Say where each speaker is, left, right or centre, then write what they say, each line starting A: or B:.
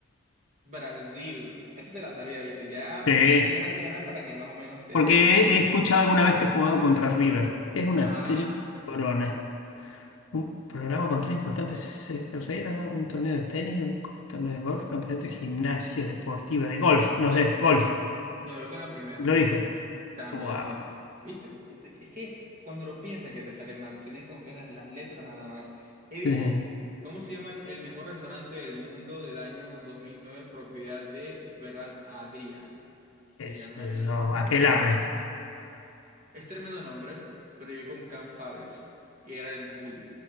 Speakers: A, on the right (about 35°); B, on the left (about 80°).
A: Brasil. Ese te la sabía, viste. Ya
B: Sí.
A: me estoy dejando ganar para que más o menos te
B: Porque
A: seas
B: he
A: tranquilito.
B: he escuchado alguna vez que he jugado contra River. Es una
A: Ah,
B: triple corona. Un programa con tres importantes se- carreras, ¿no? un torneo de tenis, un co- torneo de golf, campeonato de gimnasia deportiva, de golf, no sé, golf,
A: me voy con la primera.
B: lo dije.
A: También,
B: Wow.
A: sí. ¿Viste? ¿Viste? Es que cuando lo piensas que te sale mal, tienes que confiar en las letras nada más. Y dice,
B: Eh,
A: ¿cómo se llama el, el mejor restaurante del mundo del año 2009 propiedad de Ferran Adrià?
B: ¿Qué
A: Se
B: <laughs> Es
A: llama
B: eso,
A: el...
B: aquelarre,
A: Es tremendo nombre, pero viví con Can Faves. Y era el bully.